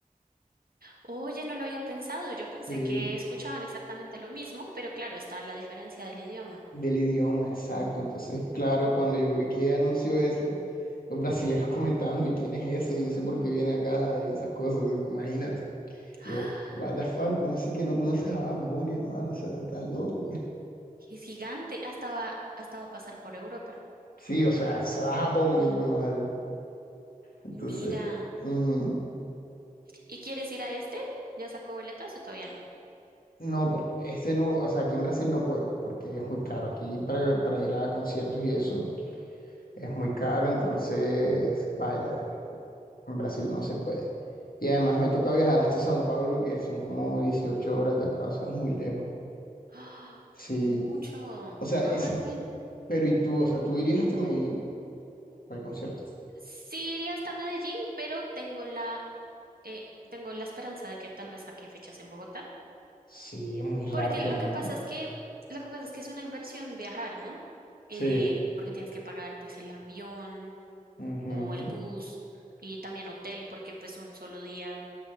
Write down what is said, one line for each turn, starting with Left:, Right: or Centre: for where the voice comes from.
Right: Oye, no lo había pensado. Yo pensé
Left: Sí,
Right: que escuchaban exactamente lo mismo, pero claro, está la diferencia del idioma.
Left: del idioma, exacto. Entonces, claro, cuando yo vi que anunció eso, los brasileros <laughs> comentando, ¿y quién es ese? Y yo sé por qué viene acá y esas cosas, digo, imagínate. Yo,
Right: ¡Ah!
Left: what the fuck, ¿cómo así que no conoces a Bad Bunny, hermano? O sea, estás loco.
Right: Es gigante. Hasta va, hasta va a pasar por Europa.
Left: Sí, o sea, se va a Japón el hijo de madre. Entonces,
Right: Mira.
Left: ujú.
Right: ¿Y quieres ir a este? ¿Ya sacó boletas o todavía no?
Left: No, porque este no, o sea, aquí en Brasil no puedo, porque es muy caro. Aquí para, para ir a conciertos y eso es muy caro, entonces, paila, en Brasil no se puede. Y además me toca viajar hasta Sao Paulo, que son como 18 horas de acá, o sea, es muy lejos.
Right: ¡Ah!
Left: Sí,
Right: Mucho.
Left: o sea,
Right: Ay,
Left: y si-
Right: bueno.
Left: pero ¿y tú? O sea, ¿tú irías hasta Medellín para el concierto?
Right: Sí iría hasta Medellín, pero tengo la eh, tengo la esperanza de que tal vez saque fechas en Bogotá,
Left: Sí, es muy raro
Right: porque
Left: que
Right: lo
Left: no.
Right: que pasa
Left: ¿no?
Right: es que, lo que pasa es que es una inversión viajar, ¿no? Eh,
Left: Sí.
Right: porque tienes que pagar pues el avión
Left: ujú.
Right: o el bus y también hotel, porque pues un solo día